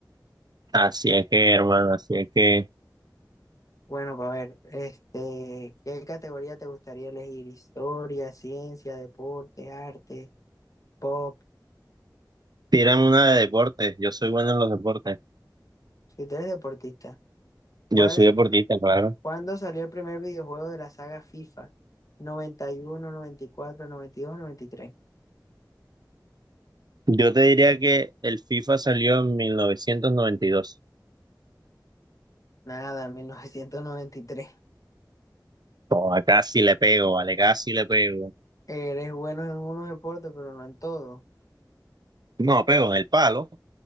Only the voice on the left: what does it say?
Bueno, para ver, este, ¿qué categoría te gustaría elegir? Historia, ciencia, deporte, arte, pop.
Si tú eres deportista,
¿cuál,
cuándo salió el primer videojuego de la saga FIFA? noventa noventa noventa y y y uno cuatro dos noventa y tres
Nada, <laughs> mil novecientos noventa y tres
Eres bueno en unos deportes, pero no en todo.